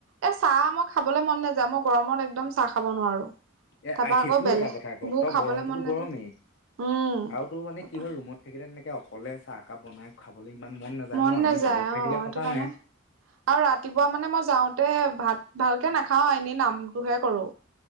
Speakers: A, on the right; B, on the left.
A: এ চাহ মই খাবলৈ মন নাযায় মই গৰমত একদম চাহ খাব নোৱাৰো।
B: এ
A: তাৰপা
B: সেইটোও
A: আকৌ বেলেগবোৰ
B: এটা কথা ক তই
A: খাবলৈ
B: গৰমটোতো
A: মন নাযায়।
B: গৰমেই
A: উম
B: আৰু তোৰ মানে
A: তাপা
B: কি হয় ৰুমত থাকিলে তেনেকে অকলে চাহ একাপ বনাই খাবলৈ ইমান নাযায়
A: মন
B: ন আমি
A: নাযায়
B: ঘৰত থাকিলে
A: অ', সেইটো
B: কথা
A: কাৰণে
B: নাই
A: আৰু ৰাতিপুৱা মানে মই যাওঁতে ভাত ভালকে নাখাওঁ এনে নামটোহে কৰো।